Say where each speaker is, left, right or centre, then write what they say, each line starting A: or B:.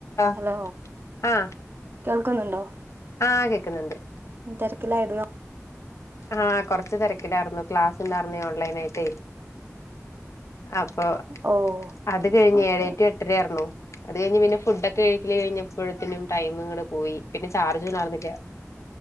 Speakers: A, on the left; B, on the right.
A: അ
B: ഹലോ
A: ആ
B: കേൾക്കുന്നുണ്ടോ
A: ആ കേക്കുന്നുണ്ട്
B: തിരക്കിലായിരുന്നോ
A: ആഹ് കൊറച്ച് തിരക്കിലായിന്നു ക്ലാസ് ഇണ്ടായിരുന്നേ ഓൺലൈൻ ആയിട്ടേ അപ്പൊ
B: ഓ
A: അത് കഴിഞ്ഞ്
B: ഓക്കെ
A: ഏഴേ ടു എട്ടര ആർന്നു അത് കഴിഞ്ഞ് പിന്നെ ഫുഡൊക്കെ കഴിക്കല് കഴിഞ്ഞപ്പോഴതേനും ടൈമും ഇങ്ങട്ട് പോയി പിന്നെ ചാർജ് കയർന്നില്ല